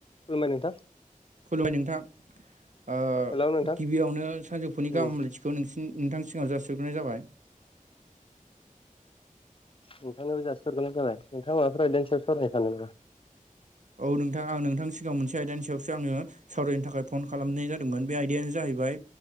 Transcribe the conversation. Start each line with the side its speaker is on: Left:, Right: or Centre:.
Left: खुलुमबाय नोंथां
Right: खुलुमबाय नोंथां ओ
Left: हेलौ नोंथां
Right: गिबियावनो सानजौफुनि गाहामलायथि
Left: उम
Right: खौ नों नोंथांनि सिगाव जासिहग्रोनाय जाबाय
Left: नोंथांनोबो जासिनाय थाबाय जाबाय नोंथां माबाफोरा एदेननसयाव सरायनायखानो नामा
Right: औ नोंथां आं नोंथांनि सिगाङाव मोनसे आयदानि सायावसो आङो सावरायनो थाखाय फन खालामनाय जादोंमोन बे आयदायानो जाहैबाय